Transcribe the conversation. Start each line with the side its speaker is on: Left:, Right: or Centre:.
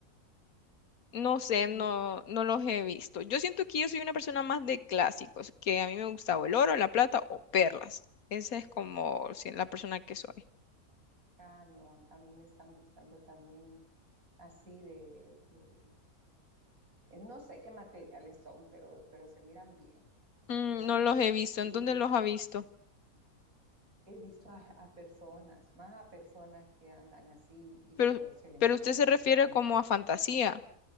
Left: No sé,
Right: Dice,
Left: no, no los he visto. Yo siento que yo soy una persona más de clásicos, que a mí me gustaba el oro, la plata o perlas. Esa es como si- la persona que soy.
Right: ah, no, a, a mí me están gustando también así de, de- eh, no sé qué materiales son, pero, pero se miran bien,
Left: Mm,
Right: ¿verdad?
Left: no los he visto.
Right: Y
Left: ¿En dónde los ha visto?
Right: he visto a, a personas, más a personas que andan así y se,
Left: Pero,
Right: lo, se le
Left: pero
Right: miran
Left: usted
Right: bastante
Left: se refiere
Right: bien.
Left: como a fantasía.